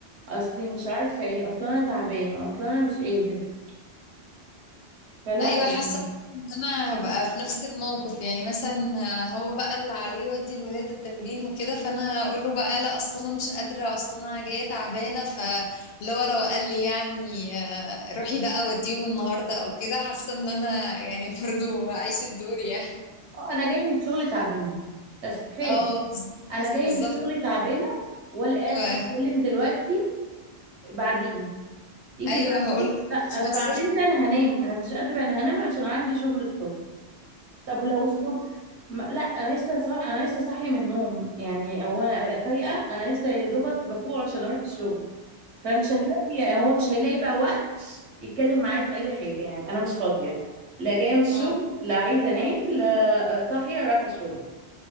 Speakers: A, on the right; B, on the left.
A: اصلي مش عارفه ايه اصل انا تعبان اصل انا مش قادر فلا
B: ايوه
A: يعني
B: حاسه ان انا هبقى في نفس الموقف يعني مثلا هو بقى اللي عليه يودي الولاد التمرين وكده فانا اقول له بقى لا اصل انا مش قادره اصل انا جايه تعبانه فاللي هو لو قال لي يعني آه، روحي بقى وديهم النهارده او كده حاسه ان انا يعني <laughs> برضو اعيش الدور يعني
A: اه انا جايه من الشغل تعبانه بس كفايه
B: اه
A: انا جايه
B: بالظبط
A: من الشغل تعبانه ولا قادره
B: بالظبط.
A: اتكلم دلوقتي بعدين يجي
B: ايوه
A: بعدين
B: هقول له
A: لا انا
B: مش
A: بعدين
B: بصرف
A: ده انا هنام انا مش قادره انا هنام عشان عندي شغل الصبح طب ولو الصبح ما... لا انا لسه صاح... انا لسه صاحيه من النوم يعني هو انا ابقى فايقه انا لسه يا دوبك بفوق عشان اروح الشغل فمش هتلاقي يعني هو مش هيلاقي بقى وقت يتكلم معايا في اي حاجه يعني انا مش فاضيه لا جايه من الشغل
B: اه
A: لا عايزه انام لا آه، صاحيه رايحه الشغل